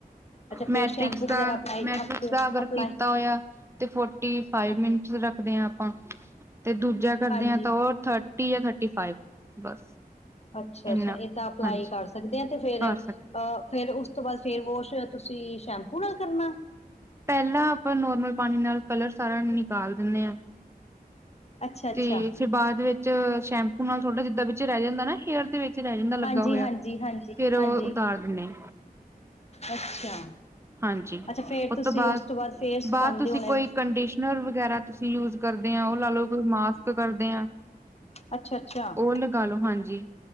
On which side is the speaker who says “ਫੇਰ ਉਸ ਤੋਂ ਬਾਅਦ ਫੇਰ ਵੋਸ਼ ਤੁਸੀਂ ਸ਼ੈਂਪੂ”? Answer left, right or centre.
Left